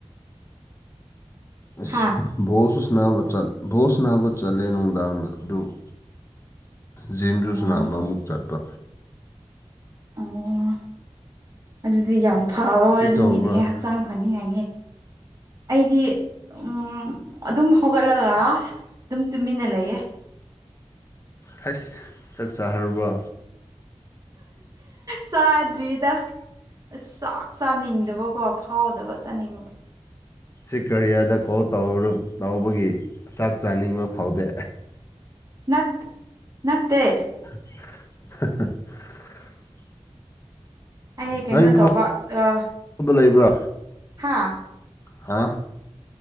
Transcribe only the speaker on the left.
ꯑꯁ
ꯕꯣꯜꯁꯨ ꯅꯥꯆꯠ ꯕꯣꯜ ꯁꯅꯥꯕ ꯆꯠꯂꯦ ꯅꯨꯡꯗꯥꯡꯗ ꯑꯗꯨ ꯑ ꯖꯤꯝꯗꯨ
ꯁꯨꯅꯥꯕ ꯑꯃꯨꯛ ꯆꯠꯄ
ꯀꯔꯤ ꯇꯧꯕ꯭ꯔꯥ
ꯍꯁ ꯆꯥꯛ ꯆꯥꯈꯔꯕ꯭ꯔꯣ
ꯁꯤ ꯀꯔꯤꯌꯔꯗ ꯀꯣꯜ ꯇꯧꯕꯒꯤ ꯆꯥꯛ ꯆꯥꯅꯤꯡꯕ ꯐꯥꯎꯗꯦ
<inaudible>
ꯅꯪ ꯏꯝꯐꯥꯜꯗ
ꯂꯩꯕ꯭ꯔꯥ
ꯍꯥ